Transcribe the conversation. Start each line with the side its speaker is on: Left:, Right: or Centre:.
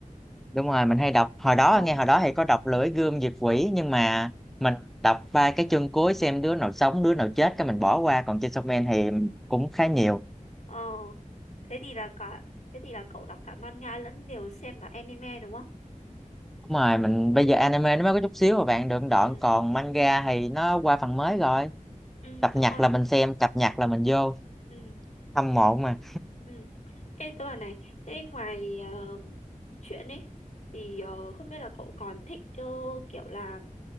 Centre: đúng rồi mình hay đọc hồi đó
Left: ừ,
Centre: nghe hồi đó hay có đọc Lưỡi Gươm Diệt Quỷ nhưng mà mình đọc ba cái chương cuối xem đứa nào sống đứa nào chết cái mình bỏ qua còn trên Shonen thì cũng khá nhiều
Left: ờ thế thì là cả thế thì là cậu đọc cả manga lẫn đều xem cả anime đúng không
Centre: đúng rồi mình bây
Left: ừ
Centre: giờ anime nó mới có chút xíu mà bạn được đoạn
Left: ừ
Centre: còn manga thì nó qua phần mới rồi
Left: ừ
Centre: cập
Left: đúng
Centre: nhật
Left: rồi
Centre: là mình xem cập nhật là mình vô
Left: ừ
Centre: hâm mộ mà
Left: ừ thế tớ bảo này thế ngoài ờ, chuyện ấy thì ờ, không biết là cậu còn thích ờ, kiểu là